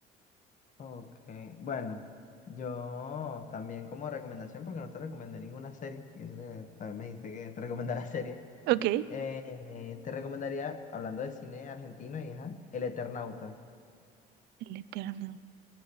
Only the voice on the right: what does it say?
Ok. El
Eterno.